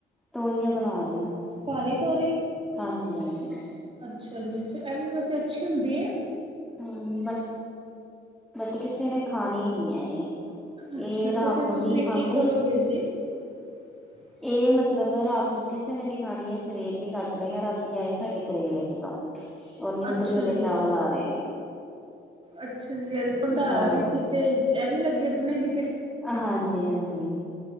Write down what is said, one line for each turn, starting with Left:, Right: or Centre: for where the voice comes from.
Centre: ਤੋਰੀਆਂ ਬਣਾ ਰਹੇ ਹਾਂ
Right: ਕਾਲੀ ਤੋਰੀ
Centre: ਹਾਂਜੀ ਹਾਂਜੀ
Right: ਅੱਛਾ ਜੀ ਅੱਛਾ, ਐਵੇ ਵੈਸੇ ਅੱਛੀ ਹੁੰਦੀ ਐ।
Centre: ਹੂੰ, ਬਟ ਬਟ ਕਿਸੇ ਨੇ ਖਾਣੀ ਨੀ ਏ ਇਹ।
Right: ਅੱਛਾ
Centre: ਇਹ ਰਾਤ
Right: ਤੇ ਫਿਰ
Centre: ਨੂੰ
Right: ਤੁਸੀਂ
Centre: ਨਈ ਖਾਂਦੇ।
Right: ਕੀ ਕਰੋਗੇ ਜੀ। <inaudible>
Centre: ਇਹ ਮਤਲਬ ਰਾਤ ਨੂੰ ਕਿਸੇ ਨੇ ਨੀ ਖਾਣੀ ਐਂ, ਸਵੇਰ ਦੀ ਕੱਟ ਰਹੇ ਆ, ਰਾਤੀ ਆਏ ਸਾਡੇ ਕਰੇਲੇ ਕਿਤੋਂ ਔਰ ਨਿਊਟਰੀ
Right: ਅੱਛਾ
Centre: ਵਾਲੇ
Right: ਜੀ।
Centre: ਚਾਵਲ ਆ ਰਹੇ ਨੇ।
Right: ਅੱਛਾ ਜੀ, ਭੰਡਾਰਾ
Centre: ਹਾਂ
Right: ਵੀ ਸੀ ਤੇ ਇਹ ਵੀ ਲੱਗੇ ਨੇ ਕਿਤੇ?
Centre: ਹਾਂਜੀ-ਹਾਂਜੀ,